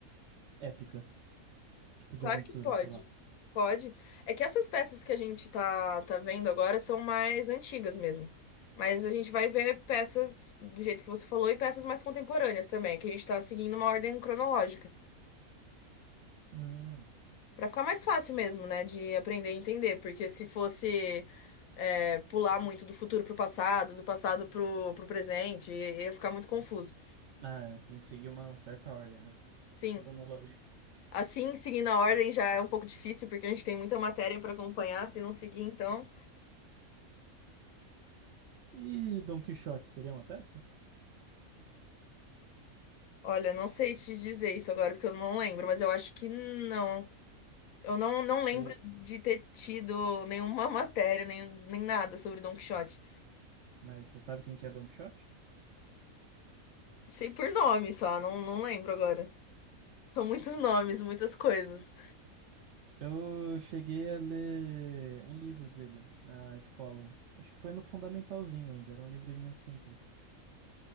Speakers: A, on the right; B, on the left.
A: épica, tipo de
B: Claro
A: aventura,
B: que pode.
A: sei lá?
B: Pode. É que essas peças que a gente tá, tá vendo agora são mais antigas mesmo. Mas a gente vai ver peças do jeito que você falou e peças mais contemporâneas também, que a gente tá seguindo uma ordem cronológica.
A: Hum.
B: Pra ficar mais fácil mesmo, né, de aprender e entender. Porque se fosse é, pular muito do futuro pro passado, do passado pro, pro presente, i- ia ficar muito confuso.
A: Ah, tem que seguir uma certa ordem, né?
B: Sim.
A: Cronológica.
B: Assim, seguindo a ordem já é um pouco difícil, porque a gente tem muita matéria pra acompanhar. Se não seguir, então.
A: E Don Quixote seria uma peça?
B: Olha, não sei te dizer isso agora, porque eu não lembro, mas eu acho que não. Eu não, não
A: Você...
B: lembro de ter tido nenhuma <laughs> matéria, nem, nem nada sobre Don Quixote.
A: Mas você sabe quem que é Don Quixote?
B: Sei por nome só, não, não lembro agora. São muitos nomes, muitas coisas.
A: Eu cheguei a ler um livro dele na escola. Acho que foi no fundamentalzinho ainda, era um livrinho simples.